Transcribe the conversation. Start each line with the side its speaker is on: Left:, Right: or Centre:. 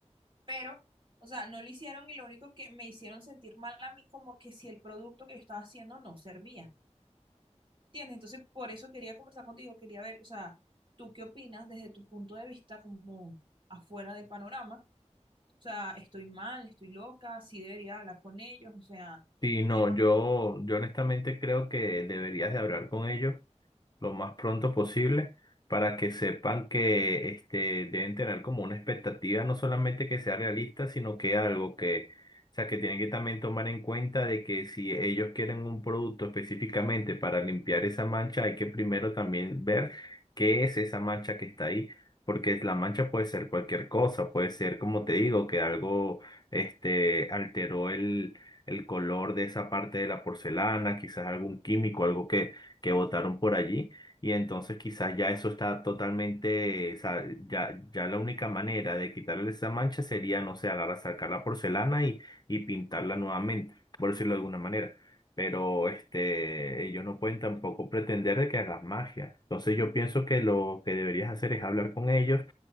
Right: pero, o sea, no lo hicieron y lo único que me hicieron sentir mal a mí como que si el producto que yo estaba haciendo no servía, ¿entiendes? Entonces, por eso quería conversar contigo, quería ver, o sea, ¿tú qué opinas desde tu punto de vista como afuera del panorama? O sea, estoy mal, estoy loca, sí debería hablar con ellos, o sea,
Left: Sí, no,
Right: ¿qué va?
Left: yo, yo honestamente creo que deberías de hablar con ellos lo más pronto posible para que sepan que este, deben tener como una expectativa, no solamente que sea realista, sino que algo que, o sea, que tienen que también tomar en cuenta de que si ellos quieren un producto específicamente para limpiar esa mancha, hay que primero también ver qué es esa mancha que está ahí, porque la mancha puede ser cualquier cosa, puede ser, como te digo, que algo este, alteró el el color de esa parte de la porcelana, quizás algún químico, algo que, que botaron por allí. Y entonces quizás ya eso está totalmente, o sea, ya, ya la única manera de quitarle esa mancha sería, no sé, agarrar, sacar la porcelana y, y pintarla nuevamente, por decirlo de alguna manera. Pero este, ellos no pueden tampoco pretender de que hagas magia. Entonces yo pienso que lo que deberías hacer es hablar con ellos